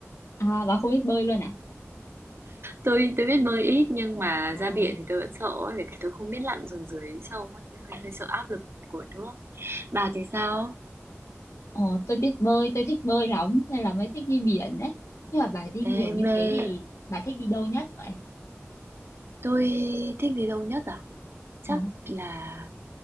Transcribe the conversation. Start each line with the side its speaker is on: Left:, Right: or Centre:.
Left: À, bà không biết bơi luôn à?
Right: Tôi tôi biết bơi ít nhưng mà
Left: À,
Right: ra biển thì tôi vẫn sợ ấy, với cả tôi không biết lặn xuống dưới sâu ấy, tôi hơi, hơi sợ áp lực của nước. Bà thì sao?
Left: ờ, tôi biết bơi, tôi thích bơi lắm nên là mới thích đi biển đấy. Nhưng mà bà đi nhiều
Right: Em
Left: như
Right: mê
Left: thế thì bà thích đi đâu nhất vậy?
Right: tôi thích đi đâu nhất à? Chắc
Left: Ờ,
Right: là